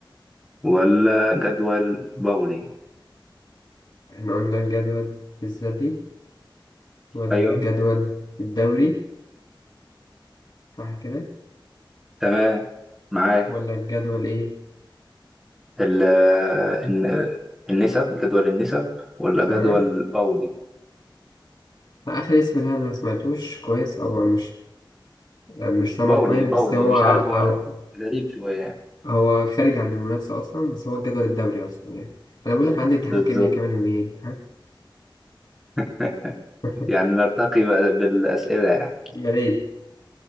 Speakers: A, in the centre; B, on the left.
A: ولا جدول بولي
B: إحنا قلنا الجدول الذاتي ولا
A: ايوه
B: الجدول الدوري صح كده
A: تمام معاك
B: ولا الجدول ايه
A: ال الن- النسب جدول النسب ولا
B: تمام
A: جدول باولي
B: اخر اسم ده أنا ما سمعتوش كويس او مش مش سامعه
A: باولي
B: كويس
A: باولي
B: بس هو
A: مش عارف هو
B: أو
A: غريب شوية يعني
B: هو خارج عن المنافسه اصلا بس هو الجدول الدوري اصلا يعني انا بقول لك عندي امتحان
A: بالظبط
B: كيمياء كمان يومين ها
A: <laughs>
B: <laughs>
A: يعني نرتقي بقى بالأسئلة يعني
B: يا ريت